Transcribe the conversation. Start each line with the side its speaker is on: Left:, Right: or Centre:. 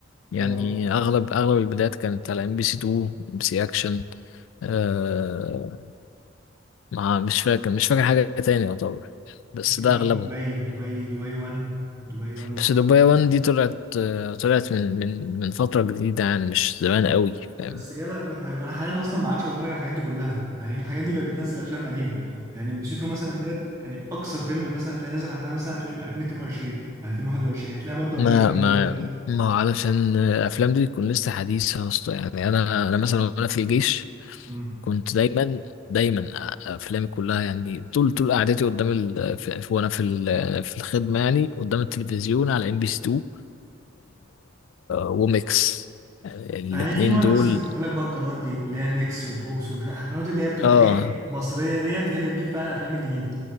Left: يعني
Right: طبعا
Left: اغلب اغلب البدايات كانت على ام بي سي 2 ام بي سي اكشن آه، ما مش فاكر مش فاكر حاجة تاني يعتبر بس
Right: في
Left: ده أغلبهم
Right: دبي دبي دبي 1 دبي 1 برضو
Left: بس دبي 1 دي طلعت طلعت من من من فترة جديدة يعني مش زمان قوي فاهم
Right: بس جايبه افلام حلوه انا حاليا اصلا ما عادش بتفرج على الحاجات دي كلها يعني الحاجات دي بقت بتنزل افلام قديمه يعني بي سي 2 مثلا ديت يعني اقصى فيلم مثلا هتلاقي نازل عندها مثلا هتلاقيه من 2022 2021 هتلاقيها برضو قديمه
Left: ما
Right: في الاول
Left: ما
Right: وفي الاخر
Left: ما هو علشان الأفلام دي تكون لسه حديثة أصلا يعني أنا أنا مثلا وأنا في الجيش
Right: امم
Left: كنت دايما دايما أفلامي كلها يعني طول طول قعدتي قدام ال... في... في- وأنا في ال... في الخدمة يعني قدام التلفزيون على ام بي سي 2 وميكس الاتنين
Right: ايوه
Left: دول
Right: لسه كنت اقول لك بقى القنوات دي اللي هي ميكس وفوكس ومش عارف القنوات اللي هي بتبقى
Left: اه
Right: ايه مصريه ديت هي اللي بتجيب فعلا الافلام الجديده